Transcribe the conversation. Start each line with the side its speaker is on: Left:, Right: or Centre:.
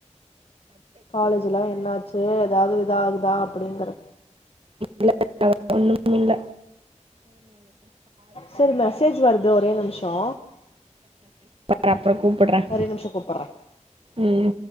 Left: காலேஜ் எல்லாம் என்னாச்சு ஏதாவது இத ஆகுதா அப்படிங்குற
Right: <inaudible> ஒண்ணும் இல
Left: சரி மெசேஜ் வருது ஒரே நிமிஷோ
Right: <inaudible> அப்பறம் கூப்பறேன்
Left: ஒரே நிமிஷோ கூப்பட்றே
Right: உம்